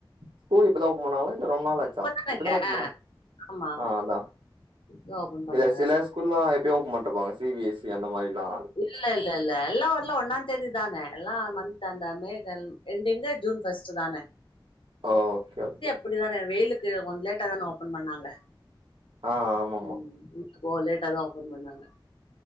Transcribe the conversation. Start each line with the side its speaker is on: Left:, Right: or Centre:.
Right: ஸ்கூல் இப்பதா ஒப்பன் பண்ணாங்களா இல்ல ரொம்ப நாளாச்சா
Left: இப்பதானங்க
Right: இப்பதான ஒப்பன் பண்ணாங்க
Left: ஆமா
Right: ஆ அதா
Left: இப்பதா ஓபன் பண்ணாங்க
Right: இல்ல சில ஸ்கூல்லா எப்பயோ ஓப்பன் பண்டுருப்பாங்க சி பி எஸ் சி அந்த மாரிலா
Left: இல்ல இல் இல்ல இல்ல எல்லா ஊர்லு ஒன்னா தேதி தான எல்லா மந்த் அந்த மே கன் எண்டிங்கு ஜூன் ஃபஸ்ட்டு தான
Right: ஓ ஓகே ஓகே
Left: அப்புடிதான வெயிலுக்கு கொஞ்ச லேட்டா தான ஓப்பன் பண்ணாங்க
Right: ஆ ஆமாம்மா
Left: ம் ஓ லேட்டாதா ஓப்பன் பண்ணாங்க